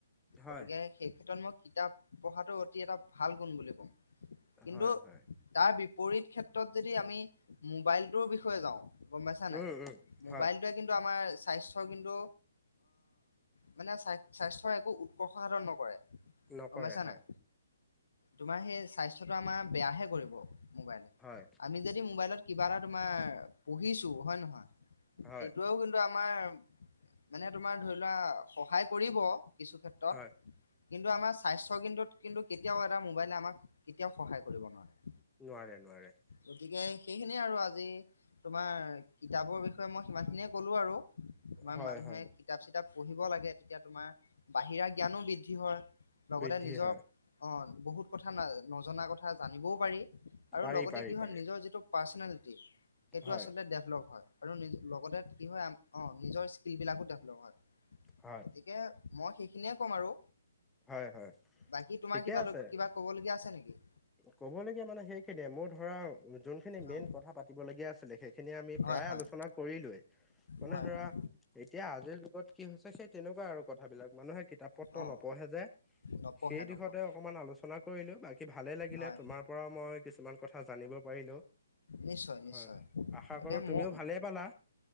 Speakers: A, in the centre; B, on the left.
A: হয়
B: গতিকে সেই ক্ষ্ৰত মই কিতাপ পঢ়াটো অতি এটা ভাল গুণ বুলি কম কিন্তু
A: হয় হয়
B: তাৰ পৰিত ক্ষেত্ৰত যদি আমি মোবাইলটোৰ বিষয়ে যাওঁ গম পাইছা
A: উম
B: নাই।
A: উম
B: মোবাইলটোৱে
A: হয়
B: কিন্তু আমাৰ স্বাস্থ্যৰ কিন্তু মানে স্বাস্থ্যৰ একো উৎকৰ্ষ সাধন নকৰে।
A: নকৰে
B: গম পাইছা
A: হয়।
B: নাই তোমাৰ সেই স্বাস্থ্যটো আমাৰ বেয়াহে কৰিব। মো'বাইলে
A: হয়
B: আমি যদি মোবাইলত কিবা এটা তোমাৰ পঢ়িছো হয়ে নহয়। সেইটোোৱেও
A: হয়
B: কিন্তু আমাৰ মানে তোমাৰ ধৰি লোৱা সহায় কৰিব কিছু ক্ষেত্ৰত।
A: হয়
B: কিন্তু আমাৰ স্বাস্থ্যৰ কিন্তত কিন্তু কেতিয়াও এটা মো'বাইলে আমাক কেতিয়াও সহায় কৰিব নোৱাৰে।
A: নোৱাৰে নোৱাৰে।
B: গতিকে সেইখিনিয়ে আৰু আজি তোমাৰ কিতাপৰ বিষয়ে মই সিমান খিনিয়ে ক'লো আৰু তোমাৰ
A: হয়
B: মানুহে
A: হয়
B: কিতাপ- চিতাপ। পঢ়িব লাগে তেতিয়া তোমাৰ বাহিৰা জ্ঞানো বৃদ্ধি হয়। লগতে
A: বৃদ্ধি
B: নিজৰ
A: হয়।
B: অ' বহুত কথা ন নজনা কথা জানিবও পাৰি আৰু
A: পাৰি
B: লগতে
A: পাৰি
B: কি হয়
A: পাৰি
B: নিজৰ যিটো পাৰ্চ সেইটো
A: হয়
B: আচলতে ডেভলপ হয় আৰু লগতে কি হয় আমি অ' নিজৰ স্কিলবিলাকো ডেভেলপ হয়,
A: হয়
B: গতিকে মই সেইখিনিয়ে ক'ম আৰু
A: হয় হয়
B: বাকী তোমাৰ
A: ঠিকে
B: কিবা
A: আছে
B: কিবা ক'ব লগীয়া আছে নেকি?
A: ক'বলগীয়া মানে সেইখিনিয়ে মোৰ ধৰা যোনখিনি মেইন
B: অ
A: কথা পাতিব লগীয়া আছিলে সেই খিনি আমি
B: হয়
A: প্ৰায়
B: হয়
A: আলোচনা কৰিলোয়ে মানে
B: হয়
A: ধৰা
B: হয়
A: এতিয়া আজিৰ ত' কি হৈছে সেই তেনেকুৱা আৰু কথাবিলাক মানুহে কিতাপ-পত্ৰ
B: অ
A: নপঢ়ে যে
B: নপঢ়ে
A: সেই দিশতে
B: নপঢ়ে
A: অকমান আলোচনা কৰিলো বাকি ভালে লাগিলে
B: হয়
A: তোমাৰ পৰা মই কিছুমান কথা জানিব পাৰিলো
B: নিশ্চয় নিশ্চয়
A: হয়, আশা
B: তাকে
A: কৰো তুমিও
B: মোৰ
A: ভালেই পালা।